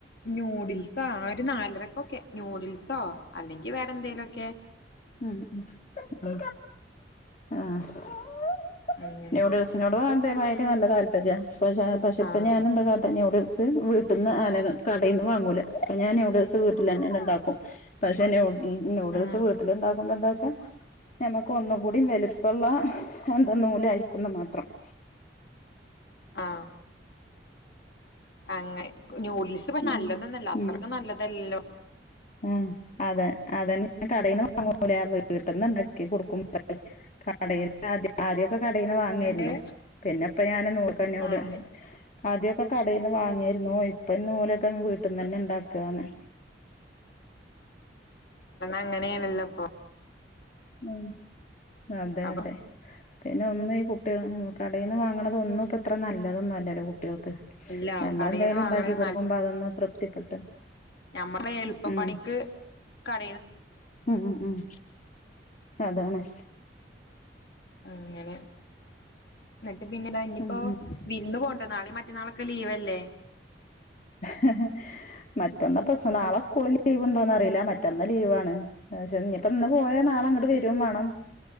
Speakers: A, on the left (about 65°); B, on the left (about 45°).
A: ന്യൂഡിൽസ്- ഒരു നാലരക്കൊക്കെ ന്യൂഡിൽസ് ഓ അല്ലെങ്കിൽ വേറെ എന്തെങ്കലുംക്കെ
B: ഉ ആഹ <unintelligible>
A: അങ്ങനെ
B: ന്യൂഡിൽസിനോട് അ <unintelligible> ദയവമായിട്ട് നല്ല താല്പര്യ പക്ഷെ പക്ഷെ
A: ആഹ്
B: ഇപ്പ ഞാനെന്താട്ടെ ന്യഡിൽസ് വീട്ടന്ന് ആല കടൽ നിന്ന് വാങ്ങൂല ഞാൻ എവിടെ ദിവസം വീട്ടിൽ തന്നെ ഉണ്ടാക്കും പക്ഷെ മ് മ് നയൂഡിൽസ്
A: ഉം
B: എന്താച്ച നമ്മക്ക് ഒന്നും കൂടി വലുപ്പുള്ള എന്താ നൂല് അയക്കുന്ന മാത്രം <inaudible>
A: ആഹ അങ്ങെ ജോലീസ് നല്ലതന്നല്ല
B: ഉം
A: അത്രക്ക
B: ഉം
A: നല്ലതല്ലോ
B: ആഹ് അതെ അതന്ന ഞാൻ കടന്ന് വാങ്ങല വീട്ടന്ന് ഇണ്ടാക്കി കൊടുക്കുമ്പോ കട- ആ ആദ്യമൊക്കെ കടയിൽന്ന് വാങ്ങായിരുന്നു
A: എന്തേ
B: പിന്നെപ്പ ഞാന നോക്ക എന്നോട്
A: ആഹ്
B: ആദ്യമൊക്കെ കടയിൽന്ന് വാങ്ങിയിരുന്നു അപ്പ നൂലയൊക്കെ വീട്ടന്ന് തന്നെ ഇണ്ടാക്കുകന്ന്
A: അങ്ങനെയണല്ലപ്പ
B: ഉ അതെ
A: അപ്പം
B: അതെ പിന്നെ ഒന്നു ഈ കുട്ടികൾ കടയിൽ നിന്ന് വാങ്ങണത് ഒന്നും ഇപ്പ ഇത്ര നല്ലതൊന്നുംല്ല കുട്ടികൾക്ക്
A: ഇല്ല
B: നമ്മൾെന്തെലും
A: കടയിൽന്ന് വാങ്ങണത്
B: ഉണ്ടാക്കി കൊടുക്കുമ്പോ അതൊന്ന തൃപ്തിപ്പെട്ട്
A: ഞമ്മുടെ എളുപ്പപ്പണിക്ക്
B: ഉം
A: കട
B: ഉം ഉം അതണെ
A: അങ്ങനെ എന്നിട്ട് പിന്നൊ ഇനിയിപ്പോൊ
B: ഉം
A: വിരുന്ന് പോണ്ടോ നാളെ മറ്റ മറ്റേ നാളക്കെ ലീവല്ലേ
B: ഹ്ഹ്ഹ് മറ്റെന്നാൾ പ്രശ്നം ഇല്ല നാളെ സ്കൂള ലീവ്ണ്ടോന്ന അറിയില്ല പെട്ടന്ന് ലീവാണ് പക്ഷെ ഇനിയിപ്പ ഇന്ന് പോയാ നാളെ അങ്ങോട്ട് വരും വേണം